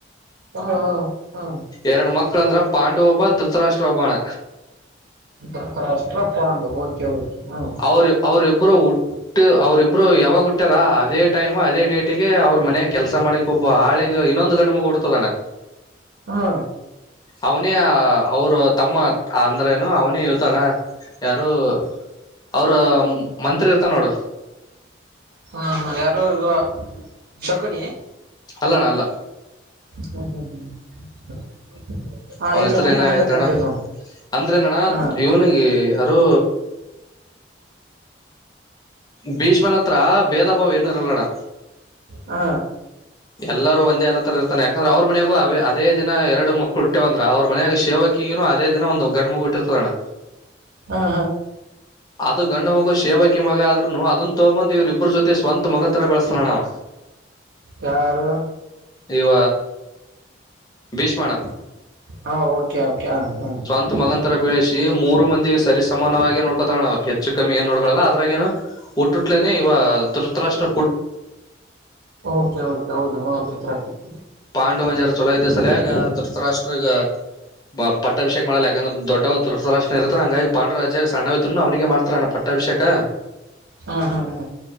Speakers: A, on the right; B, on the left.
A: ಹಾ ಹಾ
B: ಎರಡು ಮಕ್ಳ ಅಂದ್ರ ಪಾಂಡು ಹಬ್ಬ ಧೃತರಾಷ್ಟ್ರ ಹಬ್ಬಣ್ಣ
A: ರ್ ಅಷ್ಟ ಕೊಂಡು ಓಕೆ ಓಕೆ ಹ್ಮ
B: ಅವರು ಅವರಿ ಇಬ್ಬರು ಹುಟ್ಟು ಅವರಿಬ್ರು ಯಾವಾಗ ಹುಟ್ಟ ಇಟ್ಟರ ಅದ ಟೈಮ ಅದೇ ಡೇಟಿಗೆ ಅವ್ರರು ಮನ್ಯ ಕೆಲಸ ಮಾಡಕ್ ಒಬ್ಬ ಹಳಿಗೆ ಇನ್ನೊಂದು ಗಂಡ ಮಗ ಹೊಡ್ತದಣ್ಣ
A: ಹಾ
B: ಅವನೇ ಅವರು ತಮ್ಮ ಅಂದ್ರೇನು ಅವನೇ ಇವತಣ ಯಾರು ಅವ್ರ ಮಂತ್ರಿ ಇರ್ತ ನೋಡು
A: ಹಾ ಯಾರು ಈ ಶಕುನಿ
B: ಅಲ್ಲಣ್ಣ ಅಲ್ಲ
A: ಹ್ಮ ಹ್ಮ್ ಹ್ಮ್ ಹಾ
B: ಅವನ
A: ಇರ್ಲಿ
B: ಹೆಸರು
A: ಮುಂದೆ
B: ಏನ
A: ಮುಂದೆ
B: ಐತಣ್ಣ
A: ಕಂಟೆ ನೋಡು
B: ಅಂದ್ರೇನಣ್ಣ
A: ಹಾ
B: ಇವನಿಗೆ ಯಾರು ಭೀಷ್ಮನ್ ಹತ್ರ ಭೇದ ಭಾವ ಏನು ಇರಲ್ಲಣ್ಣ
A: ಹಾ
B: ಎಲ್ಲರೂ ಒಂದೇಏನತರ ಇರ್ತಾನ ಯಕ್ರ ಅವ್ರ ಮನೆಗೂ ಅವ ಅದೇ ದಿನ ಎರಡು ಮಕ್ಕಳು ಇಟ್ಟೆವಂದ್ರೆ ಅವ್ರ ಮನೆಯಾಗ ಶೇವಕ್ಕಗೂ ಅದೇ ದಿನ ಒಂದು ಗಂಡು ಮಗು ಇಟ್ಟರ್ತದಣ್ಣ
A: ಹ
B: ಅದು ಗಂಡು ಮಗು ಶೇವಕ್ಕಿ ಮಗ ಆದ ಅದನ್ನ ತಗೊಂದ್ ಇವ್ರ ಇಬ್ಬ್ರ ಜೊತೆ ಸ್ವಂತ ಮಗನ ತರ ಬೆಳಸ್ತಾನ ನಾವ
A: ಯಾರು
B: ಇವ ಭೀಷ್ಮಣ
A: ಹ ಓಕೆ ಓಕೆ ಹ ಹಾ
B: ಮ ಮಗನ ತರ ಬೆಳಸಿ ಮೂರು ಮಂದಿಿಗೆ ಸರಿಸಾನವಾಗಿ ನೋಡ್ಕೋತಾರ ನಾವು ಹೆಚ್ಚ ಕಮಿ ಏ ನೋಡ್ಕೋಲ್ಲ ಅದ್ರಾಗ ಏನು ಹುಟ್ಟುಟ್ಲೇನೆ ಇವ ದುೃತ ರಾಷ್ಟ್ರ
A: ಓಕೆ ಓಕೆ ಹೌದು <unintelligible>
B: ಪಾಂಡುವಂಜಾರ ಚೊಲೋ ಇದ್ದ ಸಲಯಗ ದೃತ್ ರಾಷ್ಟ್ರಗ್ ಬ ಪಟ್ಟ ಅಭಿಷೇಕ ಮಾಡಲ್ಲ ಯಾಕಂದ್ರೆ ದೊಡ್ಡವ ದೃತ್ ರಾಷ್ಟ್ರ ಇರುತನ ಹಂಗಾಗಿ ಪಾಂಡು ರಾಜಾಗ ಸಣ್ಣವ ಇದ್ರುನು ಅವನಿಗೆ ಮಾಡ್ತಾರೆಣ್ಣ ಪ ಅಟ್ಟವಶ್ಯಕ
A: ಹಾ ಹಾ ಹಾ